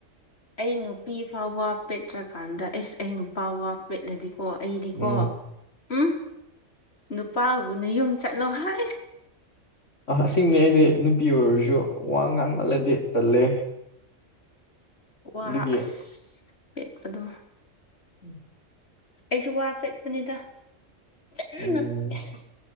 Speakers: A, on the left; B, on the left.
A: ꯑꯩ ꯅꯨꯄꯤ ꯐꯥꯎꯕ ꯄꯦꯠꯇ꯭ꯔꯀꯥꯟꯗ ꯑꯦꯁ ꯑꯩ ꯅꯨꯄꯥ ꯋꯥ ꯄꯦꯠꯂꯗꯤꯣ ꯑꯣ ꯑꯩꯗꯤꯀꯣ
B: ꯎꯝ
A: ꯎꯝ ꯅꯨꯄꯥꯕꯨꯅ ꯌꯨꯝ ꯆꯠꯂꯣ ꯍꯥꯏ
B: ꯑꯁꯤꯡꯅꯦ ꯑꯩꯗꯤ ꯅꯨꯄꯤ ꯑꯣꯏꯔꯁꯨ ꯋꯥ ꯉꯥꯡꯃꯜꯂꯗꯤ ꯇꯜꯂꯦ
A: ꯋꯥ
B: ꯑꯗꯨꯒꯤ
A: ꯑꯁ ꯄꯦꯠꯄꯗꯣ
B: ꯎꯝ
A: ꯑꯩꯁꯨ ꯋꯥ ꯄꯦꯠꯄꯅꯤꯗ ꯀꯟꯅ
B: ꯎꯝ
A: ꯑꯁ